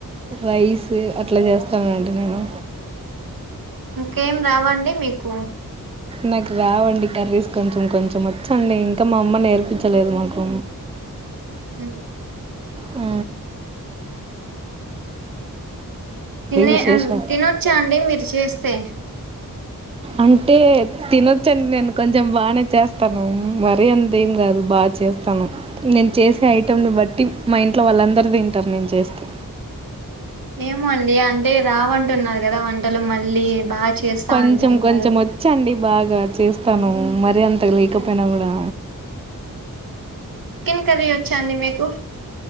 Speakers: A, on the right; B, on the right.
A: రైస్ అట్లా చేస్తామండి నేను
B: ఇంకేం రావండి మీకు
A: నాకు రావండి కర్రీస్ కొంచెం కొంచెం వచ్చండి ఇంకా మా అమ్మ నేర్పించలేదు మాకు
B: అ
A: ఆ
B: తినే
A: విశేషం
B: తినొచ్చా అండి మీరు చేస్తేయి
A: అంటే తినొచ్చండి నేను కొంచెం బాగా చేస్తాను మరీ అంతేం కాదు బాగా చేస్తాను నేను చేసే ఐటెంని బట్టి మా ఇంట్లో వాళ్ళందరు తింటారు నేను చేస్తే
B: ఏమ అండి అంటే రావంటున్నారు కదా వంటలు మళ్ళీ బాగా చేస్తా
A: కొంచెం
B: అంటున్నారు
A: కొంచెం వచ్చండి బాగా చేస్తాను మర అంత లేకపోయినా కూడా
B: తర వచ్చాండి మీకు